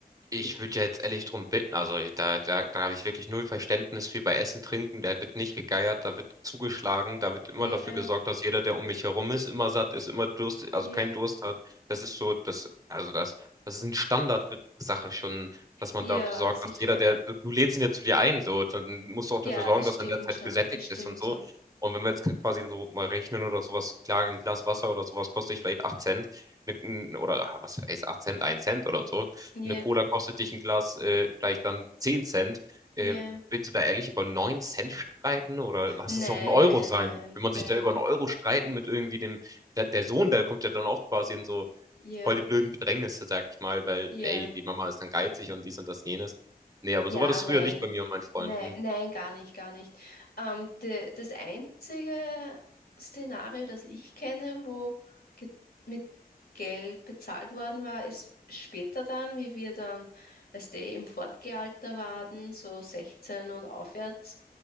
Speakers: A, on the right (about 20°); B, on the left (about 75°).
A: Ich würde ja jetzt ehrlich drum bitten, also da, da, da habe ich wirklich null Verständnis für bei Essen, Trinken, da wird nicht gegeiert, da wird zugeschlagen, da wird immer
B: Ja.
A: dafür gesorgt, dass jeder, der um mich herum ist, immer satt ist, immer Durst, also
B: Ja,
A: keinen Durst hat. Das ist so, das, also das, das ist eine Standardsache schon, dass man
B: ja,
A: dafür sorgt,
B: sicher.
A: dass jeder, der, du du lädst ihn ja zu dir ein, so, dann musst du auch dafür
B: Ja,
A: sorgen,
B: das
A: dass
B: stimmt
A: er in der Zeit
B: schon.
A: gesättigt
B: Das stimmt
A: ist und so.
B: schon.
A: Und wenn wir jetzt quasi so mal rechnen oder sowas, klar, ein Glas Wasser oder sowas kostet vielleicht 8 Cent, ne- oder ah, was ist 8 Cent, ein Cent oder so
B: Ja,
A: eine Cola kostet dich ein Glas äh, vielleicht dann 10 Cent.
B: ja.
A: Äh, willst du da ehrlich über 9 Cent streiten oder lass
B: Nein,
A: es auch ein Euro
B: nein,
A: sein?
B: nein,
A: Wenn man
B: nein.
A: sich da über einen Euro streiten mit irgendwie dem, der, der Sohn, der kommt ja dann auch quasi in so
B: Ja,
A: voll die blöden Bedrängnisse, sag ich mal, weil,
B: ja.
A: ey, die Mama ist dann geizig und dies und das jenes. Nee, aber
B: Ja,
A: so war das
B: nein.
A: früher nicht bei mir und meinen Freunden.
B: Nein, nein, gar nicht, gar nicht. Ähm, de, das einzige Szenario, das ich kenne, wo ge mit Geld bezahlt worden war, ist später dann, wie wir dann, weißt du, im Fortgealter waren, so 16 und aufwärts,